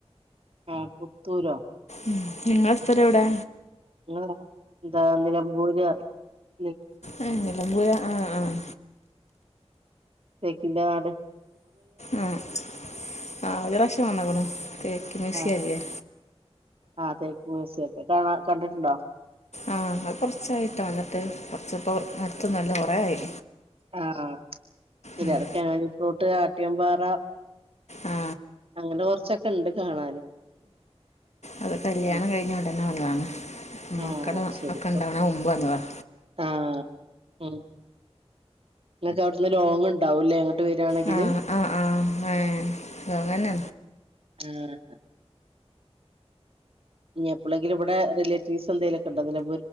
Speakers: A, on the right; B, on the left.
A: ആഹ് പുത്തൂരോ?
B: ഉം നിങ്ങളെ സ്ഥലെവ്ടെ?
A: ആ എന്താ നിലമ്പൂര റിം
B: ആഹ് എല്ലം പോയ ആഹ് ആഹ്
A: സേക്കിന്റെ ആട്
B: ആഹ് ആഹ് ഒര് റാശ്യം വന്ന്ക്ക്ണു തേക്ക് മ്യൂസിയം
A: ആഹ്
B: ല്ല്യെ
A: ആ തേക്ക് മ്യൂസ്യൊക്കെ കാണ കണ്ട്ട്ടുണ്ടോ
B: ആഹ് അ കൊർച്ചായിട്ടോ വന്ന്ട്ട് കൊർച്ച് പ്പം അടുത്തൊന്നുഅല്ല കൊറെ ആയി
A: ആഹ് തിലടക്കാ
B: ഉം.
A: <unintelligible> ട്ട് ആട്ട്യംപാറ
B: ആ
A: അങ്ങനെ കൊർച്ചൊക്കെ ണ്ട് കാണാന്
B: അത് കല്യാണം
A: ഉം
B: കഴിഞ്ഞുടനെ വന്നതാണ് മക്കടെ
A: ആഹ് ശരി
B: ഒക്കെ ണ്ടാവണ മുമ്പ് വന്നതാ ണ്
A: ആഹ് ഉം ങ്ങകൗട്ന്ന് ലോങ് ണ്ടാവുല്ലേ ട്ട് വരാണെങ്കില്
B: ആ ആ ആ ഏ അങ്ങനെ
A: ഉം ഞെ പ്പളെങ്കിലുവ്ടെ റിലെറ്റീവ്സെന്തേലൊക്കെ ണ്ടോ തിലെ